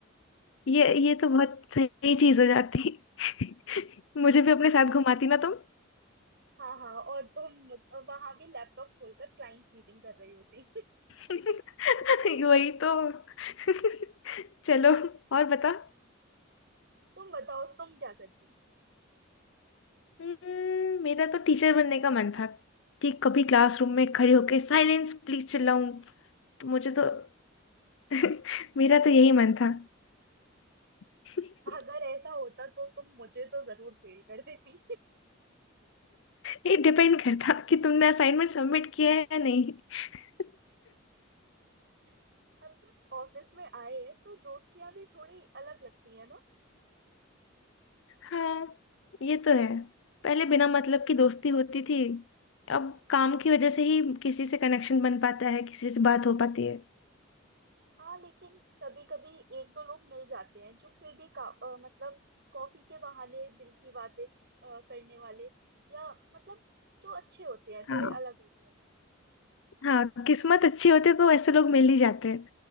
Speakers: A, on the left; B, on the right.
A: ये ये तो बहुत सही चीज हो जाती <laughs> मुझे भी अपने साथ घुमाती ना तुम
B: हाँ हाँ और तुम वहां भी लैपटॉप खोलकर क्लाइंट मीटिंग कर रही होती <laughs>
A: <laughs> वही तो <laughs> चलो और बता
B: तुम बताओ तुम क्या करती
A: हम्म, मेरा तो टीचर बनने का मन था कि कभी क्लासरूम में खड़े होके साइलेंस प्लीज चिल्लाऊं तो मुझे तो <laughs> मेरा तो यही मन था <laughs>
B: अगर ऐसा होता तो तुम मुझे तो जरूर फेल कर देती
A: ये डिपेंड करता कि तुमने असाइनमेंट सबमिट किया है या नहीं <laughs>
B: <laughs> अब जब ऑफिस में आए हैं तो दोस्तियां भी थोड़ी अलग लगती है ना
A: हाँ ये तो है पहले बिना मतलब की दोस्ती होती थी अब काम की वजह से ही किसी से कनेक्शन बन पाता है किसी से बात हो पाती है
B: हाँ लेकिन कभी कभी एक दो लोग मिल जाते हैं जो फिर भी का, अ, मतलब कॉफी के बहाने दिल की बातें अ, करने वाले या मतलब जो अच्छे होते हैं थोड़े
A: हाँ
B: अलग होते हैं
A: हाँ किस्मत अच्छी होती है तो ऐसे लोग मिल ही जाते हैं